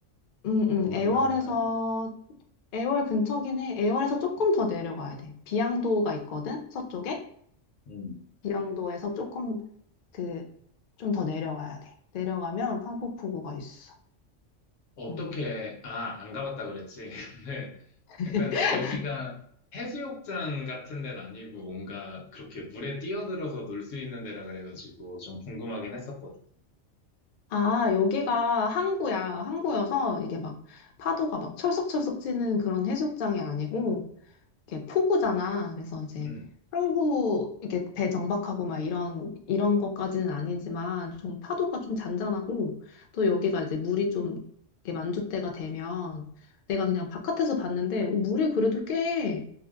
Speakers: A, on the left; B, on the left.
A: 음,
B: 애월이랑은
A: 음, 애월에서,
B: 다른 거.
A: 애월 근처긴 해. 애월에서 조금 더 내려가야 돼. 비양도가 있거든, 서쪽에.
B: 음.
A: 비양도에서 조금 그, 좀 더 내려가야 돼. 내려가면 판포푸구가 있어.
B: 어떻게,
A: 음.
B: 아, 안 가봤다 그랬지. <laughs> 근데
A: <laughs>
B: 약간 여기가 해수욕장 같은 데는 아니고 뭔가 그렇게 물에 뛰어들어서 놀 수 있는 데라 그래가지고 좀 궁금하긴 했었거든.
A: 아, 여기가 항구야. 항구여서 이게 막 파도가 막 철썩철썩 찌는 그런 해수욕장이 아니고 이게 포구잖아. 그래서 이제
B: 음,
A: 항구 이렇게 배 정박하고 막 이런 이런 것까지는 아니지만 좀 파도가 좀 잔잔하고 또 여기가 이제 물이 좀 이렇게 만조 때가 되면 내가 그냥 바깥에서 봤는데 어, 물이 그래도 꽤